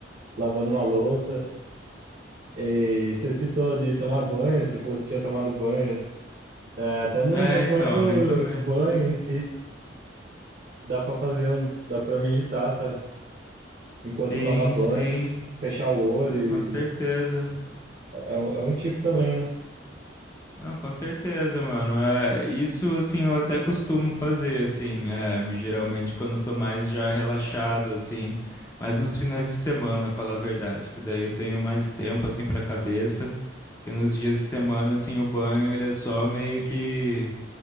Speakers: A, on the right; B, on the left.
A: lavando uma louça. E você citou de tomar banho, você falou que tinha tomado banho É, Até no,
B: É,
A: no
B: então,
A: próprio
B: nem tomei.
A: banho em si, dá pra fazer um, dá pra meditar, sabe? Enquanto
B: Sim,
A: toma banho,
B: sim.
A: fechar o olho,
B: Não,
A: e-
B: com certeza.
A: é um, é um tipo também, né?
B: Não, com certeza, mano. É, isso, assim, eu até costumo fazer, assim. é, geralmente quando eu tô mais já relaxado, assim. Mas nos finais de semana, falar a verdade, que daí eu tenho mais tempo, assim, pra cabeça. Porque nos dias de semana, assim, o banho, ele é só meio que,